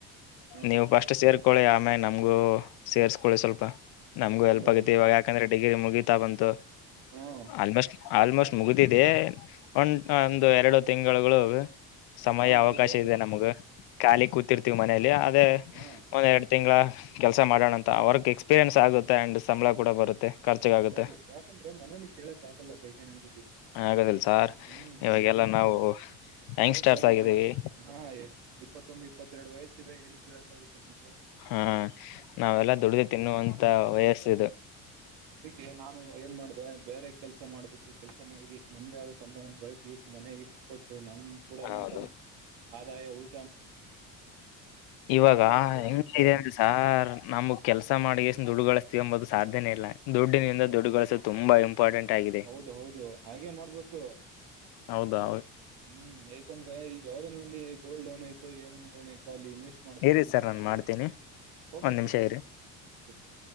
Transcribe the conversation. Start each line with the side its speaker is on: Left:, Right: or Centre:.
Right: ಹಾ
Left: ನೀವು ಫಸ್ಟ್ ಸೇರ್ಕೊಳ್ಳಿ ಆಮೇ ನಮ್ಗೂ ಸೇರ್ಸ್ಕೊಳ್ಳಿ ಸ್ವಲ್ಪ ನಮಗು
Right: ಹೌದು
Left: ಹೆಲ್ಪ್ ಆಗೆ
Right: ಹೌದು
Left: ಇವ ಯಾಕಂದೆ ಡಿಗ್ರ ಗ ತ ಬಂತ
Right: ಹಾ
Left: ಆಲ್ಮೋಸ್ಟ್ ಆಲ್ಮೋಸ್ಟ್
Right: ಯಾಕಂದ್ರೆ
Left: ಮುಗಿದಿದೆ ಒಂ ಒಂದು ಎರಡುತ್ತು ತಿಂಗಳುಗಳು ಸಮಯ
Right: ಹಾ
Left: ಅವಕಾಶ
Right: ಹೌದೌದು
Left: ಇದೆ ನಮಗ ಖಾಲಿ ಕೂತಿರ್ತೀವಿ ಮನಲಿ ಅದೇ
Right: ಹಾ
Left: ಒಂದ್ ಎರಡ್ ತಿಂಗಳ ಕೆಲ್ಸ ಮಾಡೋಣ ಅಂತ ಅವರ್ಕ್ ಎಕ್ಸ್ಪೀರಿಯೆನ್ಸ್ ಆಗುತ್ತೆ ಅಂಡ್ ಸಂಬಳ ಕೂಡ ಬರುತ್ತೆ ಖರ್ಚಗಾಗುತ್ತೆ
Right: ಹೌದು ಯಾಕಂದ್ರೆ ಮನೇಲಿ ಕೇಳಕ್ಗಲ್ಲ ಬೇಗ ನನ್
Left: ಆಗದಿಲ್ಲ ಸಾರ್
Right: ಹ್ಮ್
Left: ಇವಾಗೆಲ್ಲ
Right: ಏನ್ ಮಾಡ್ತಾರ
Left: ನಾವು ಯಂಗ್ಸ್ಟರ್ಸ್
Right: ವಯಸ್ಸಾಗಿದೆ
Left: ಆಗಿದ್ದೀವಿ
Right: ಹಾ ಇಪ್ಪತ್ತೊಂದು ಇಪ್ಪತ್ತೆರಡು ವಯಸ್ಸ ಇದೆ ಾಗುತ್ತೆಮಗೆ
Left: ಹಾ ನಾವೆಲ್ಲ ದುಡ್ದು ತಿನ್ನುವಂತ ವಯಸ್ಸು
Right: ಏ ನಾ ಏನ್ ಮಾಡ್ದ ಬೇರೆ ಕೆಲಸ ಮಾಡ್ಬೇಕು ಕೆಲ್ಸ ಮಾಡಿ ಎಷ್ಟು ನಮ್ದಗೆ ಆದ ಸಂಭವನ್ನು ಬಳಸಿ ಎಷ್ಟು ಮನೆ ಎಷ್ಟು ಕೊಟ್ಟು ನಮ ಕೂಡ
Left: ಹೌದು
Right: ಇನ್ಕಮ್ ಆದ ಆದ ಒಳು
Left: ಇವಾಗ
Right: ನಮ್ ಲೈಫ್ ಕೂಡ
Left: ಹೆಂಗ
Right: ಆಗುತ್ತೆ
Left: ಇ ಅ ಸಾರ್ ನಮಗ್ ಕೆಲ್ಸ ಮಾಡಿಷ್ಟನ್ ದುಡುಗತ ಎಂಬುದು ಸಾಧ್ಯನೇ ಇಲ್ಲ ದುಡ್ಡಿನಿಂದ ದುಡ್ಡುಗೊಸೋ ತುಂಬಾ ಇಂಪಾರ್ಟೆಂಟ್ ಆಗಿದೆ
Right: ಹೌದು ಹೌದು ಹಾಗೆ ಮಾಡ್ಬೇಕು
Left: ಹೌದಾ
Right: ಹ್ಮ್ ಯಾಕಂದ್ರೆ ಈಗ ಯಾವ್ದ ನಲ್ಲಿ ಗೋಲ್ಡ್ ಲೋನ್ ಐತು ಏನೋ ಆಯತ ಅಲ್ಲಿ ಮಾಡ್ಬೇಕು
Left: ಇರಿ
Right: ಇನ್ವೆಸ್ಟ್
Left: ಸರ್ ನಾನು
Right: ಮಾಡಿ
Left: ಮಾಡ್ತೀನಿ ಒಂದ್
Right: ಕೆ
Left: ನಿಮಿಷ ಇರಿ
Right: ಸರ್